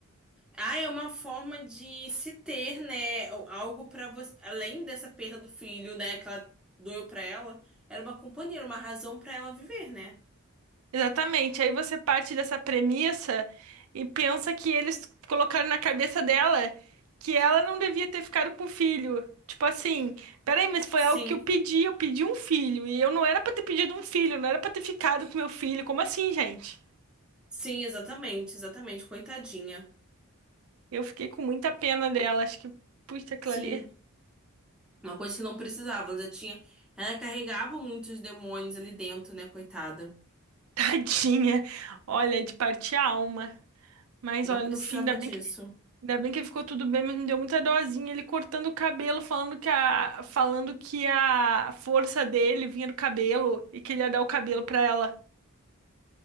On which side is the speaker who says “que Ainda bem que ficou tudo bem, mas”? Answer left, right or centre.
Right